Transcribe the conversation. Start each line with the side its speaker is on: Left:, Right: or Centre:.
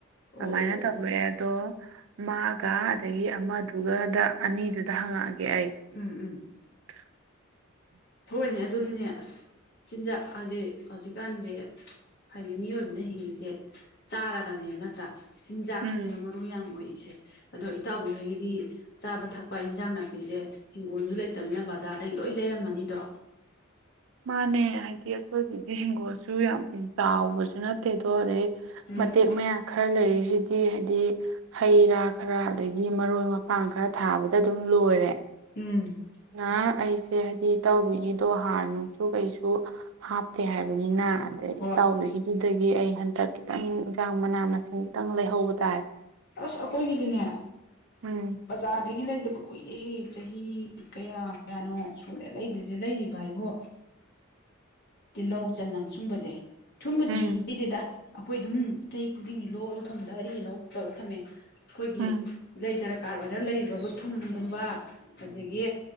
Left: ꯑꯣ
Right: ꯑꯗꯨꯃꯥꯏꯅ
Left: ꯑꯣ ꯑꯣ
Right: ꯇꯧꯋꯦ ꯑꯗꯣ ꯃꯥꯒ ꯑꯗꯒꯤ ꯑꯃꯗꯨꯒꯗ ꯑꯅꯤꯗꯨꯗ ꯍꯪꯉꯛꯑꯒꯦ ꯑꯩ
Left: ꯎꯝ ꯎꯝ
Right: <inaudible>
Left: ꯍꯣꯏꯅꯦ ꯑꯗꯨꯅꯤꯅꯦ ꯑꯁ ꯆꯤꯟꯖꯥꯛ ꯍꯥꯏꯗꯤ ꯍꯧꯖꯤꯛꯀꯥꯟꯁꯦ ꯍꯥꯏꯗꯤ ꯃꯤꯑꯣꯏꯕꯅ ꯍꯤꯡꯉꯤꯁꯦ ꯆꯥꯔꯒꯅꯦꯕ ꯅꯠꯇ꯭ꯔꯥ ꯆꯤꯟꯖꯥꯛꯁꯤꯅꯦꯕ
Right: ꯎꯝ
Left: ꯃꯔꯨ ꯌꯥꯝ ꯑꯣꯏꯔꯤꯁꯦ ꯑꯗꯣ ꯏꯇꯥꯎꯕꯤꯍꯣꯏꯒꯤꯗꯤ ꯆꯥꯕ ꯊꯛꯄ ꯏꯟꯖꯥꯡ ꯅꯥꯄꯤꯁꯦ ꯍꯤꯡꯒꯣꯜꯁꯨ ꯂꯩꯇꯅꯤꯅ ꯕꯖꯥꯔꯗꯩ ꯂꯣꯏ ꯂꯩꯔꯝꯃꯅꯤꯗꯣ
Right: ꯃꯥꯅꯦ ꯍꯥꯏꯗꯤ ꯑꯩꯈꯣꯏꯒꯤꯗꯤ ꯍꯤꯡꯒꯣꯜꯁꯨ ꯌꯥꯝ ꯆꯥꯎꯕꯁꯨ ꯅꯠꯇꯦ ꯑꯗꯣ ꯑꯗꯩ
Left: ꯎꯝ
Right: ꯃꯇꯦꯛ ꯃꯌꯥ ꯈꯔ ꯂꯩꯔꯤꯁꯤꯗꯤ ꯍꯥꯏꯗꯤ ꯍꯩ ꯔꯥ ꯈꯔ ꯑꯗꯒꯤ ꯃꯔꯣꯏ ꯃꯄꯥꯡ ꯈꯔ ꯊꯥꯕꯗ ꯑꯗꯨꯝ ꯂꯣꯏꯔꯦ
Left: ꯎꯝ
Right: ꯅꯥ ꯑꯩꯁꯦ ꯍꯥꯏꯗꯤ ꯏꯇꯥꯎꯕꯤꯒꯤꯗꯣ ꯍꯥꯔ ꯅꯨꯡ ꯁꯨ ꯀꯩꯁꯨ ꯍꯥꯞꯇꯦ ꯍꯥꯏꯕꯅꯤꯅ ꯑꯗꯩ
Left: ꯍꯣꯏ
Right: ꯏꯇꯥꯎꯕꯤꯒꯤ ꯗꯒꯤ ꯑꯩ ꯍꯟꯇꯛ ꯈꯤꯇꯪ ꯌꯦꯟꯁꯥꯡ ꯃꯅꯥ ꯃꯁꯤꯡ ꯈꯤꯇꯪ ꯂꯩꯍꯧꯕ ꯇꯥꯔꯦ
Left: ꯑꯁ ꯑꯩꯈꯣꯏꯒꯤꯗꯤꯅꯦ
Right: ꯎꯝ
Left: ꯕꯖꯥꯔꯗꯒꯤ ꯂꯩꯗꯕ ꯀꯨꯏꯔꯦꯍꯦ ꯆꯍꯤ ꯀꯌꯥ ꯀꯌꯥꯅꯣ ꯁꯨꯔꯦ ꯂꯩꯗꯤꯁꯦ ꯂꯩꯔꯤꯕ ꯍꯥꯏꯕꯣ ꯇꯤꯜꯍꯧ ꯆꯅꯝ ꯁꯨꯝꯕꯁꯦ ꯁꯨꯝꯕꯁꯤꯁꯨ
Right: ꯎꯝ
Left: ꯂꯩꯗꯦꯗ ꯑꯩꯈꯣꯏ ꯑꯗꯨꯝ ꯆꯍꯤ ꯈꯨꯗꯤꯡꯒꯤ ꯂꯣꯛ ꯂꯣ ꯊꯝꯕꯗ ꯑꯔꯤ ꯑꯅꯧ ꯇꯧꯔ ꯊꯝꯃꯦ ꯑꯩꯈꯣꯏꯒꯤ
Right: ꯎꯝ
Left: ꯂꯩꯗꯔꯛ ꯀꯥꯔ ꯑꯣꯏꯔ ꯂꯩꯔꯤꯕꯕꯨ ꯊꯨꯝꯒꯨꯝꯕ ꯑꯗꯒꯤ